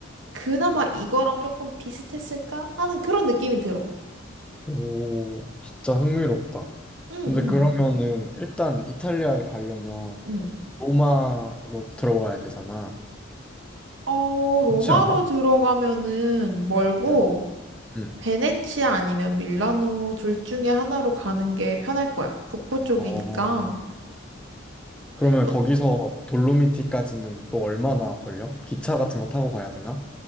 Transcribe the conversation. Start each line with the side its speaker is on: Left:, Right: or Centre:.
Right: 그나마 이거랑 조금 비슷했을까 하는 그런 느낌이 들어.
Centre: 오, 진짜 흥미롭다.
Right: 응,
Centre: 근데
Right: 응,
Centre: 음. 그러면은 일단 이탈리아를 가려면
Right: 응.
Centre: 로마로 들어가야 되잖아.
Right: 어, 로마로
Centre: 그렇지 않아?
Right: 들어가면은 멀고
Centre: 응, 응.
Right: 베네치아 아니면 밀라노 둘 중에 하나로 가는 게 편할 거야. 북부 쪽이니까.
Centre: 어, 그러면
Right: 또,
Centre: 거기서 돌로미티까지는 또 얼마나 걸려? 기차 같은 거 타고 가야 되나?